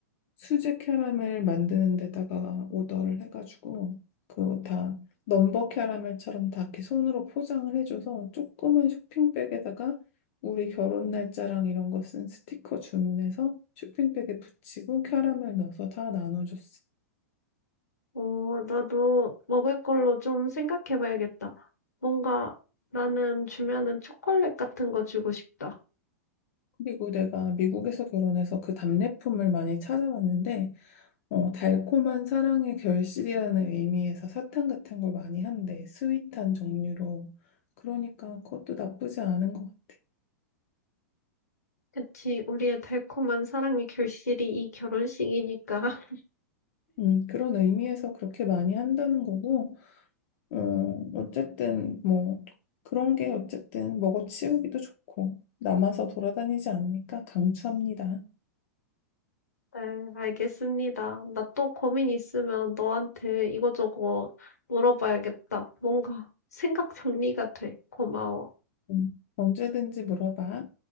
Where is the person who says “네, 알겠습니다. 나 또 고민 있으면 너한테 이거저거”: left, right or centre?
Left